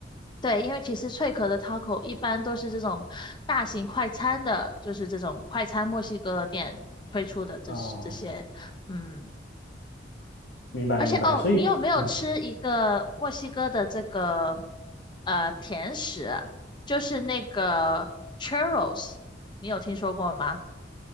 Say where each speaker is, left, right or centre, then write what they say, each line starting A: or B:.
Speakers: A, on the left; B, on the left.
A: 对，因为其实脆壳的 taco 一般都是这种大型快餐的，就是这种快餐墨西哥店推出的这这些，
B: 啊，
A: 嗯，
B: 明白明白。
A: 而且哦，
B: 所以，
A: 你有没有吃一个墨西哥的这个
B: 嗯，
A: 呃甜食啊就是那个 churros，你有听说过吗？